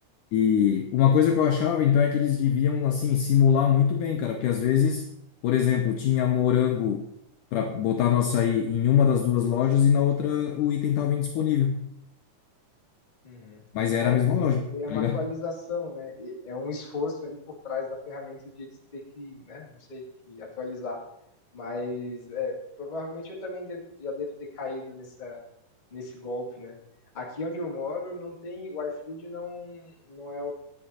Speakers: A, on the left; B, on the left.
A: E uma coisa que eu achava, então, é que eles deviam, assim, simular muito bem, cara, porque às vezes, por exemplo, tinha morango para botar no açaí em uma das duas lojas e na outra o item estava indisponível.
B: uhum.
A: Mas era
B: É,
A: a mesma
B: tem
A: loja,
B: que ter
A: tá
B: uma
A: ligado?
B: atualização, né? E É um esforço ali por trás da ferramenta de eles ter que, né? Não sei, que atualizar. Mas é, provavelmente eu também devo- já devo ter caído nessa, nesse golpe, né? Aqui onde eu moro não tem, o iFood não, não é